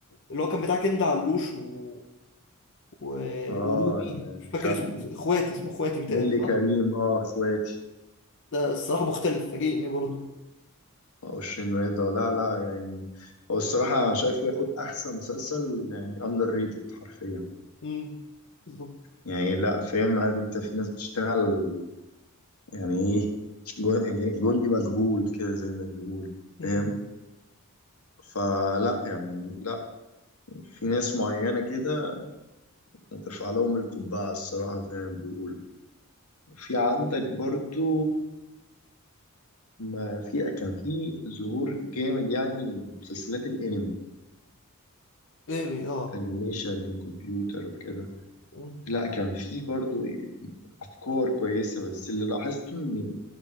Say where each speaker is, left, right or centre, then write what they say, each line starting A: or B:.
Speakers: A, on the left (about 55°); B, on the left (about 90°).
A: اللي هو كان بتاع كند علوش و... و...
B: آه
A: وروبي
B: الخم...
A: مش فاكر اسمه اخواتي اسمه اخواتي متهيألي
B: اللي
A: صح؟
B: كريم آه إخواتي
A: ده الصراحة مختلف فاجئني برضه
B: آه، وشين رضا لا لا يعني هو الصراحة أنا شايفه ياخد أحسن مسلسل يعني أندر ريتد حرفيا
A: امم بالظبط
B: يعني لا فاهم عارف أنت في ناس بتشتغل يعني ايه جن- جندي مجهول كده زي ما بيقول
A: امم
B: فاهم فلا يعني لا في ناس معينة كده ترفع لهم القبعة الصراحة زي ما بيقولوا في عندك برضو ما في كان في ظهور جامد يعني لمسلسلات الانمي
A: ايمي اه
B: انيميشن وكمبيوتر وكده
A: مم.
B: لا كان في برضو افكار كويسة بس اللي لاحظته ان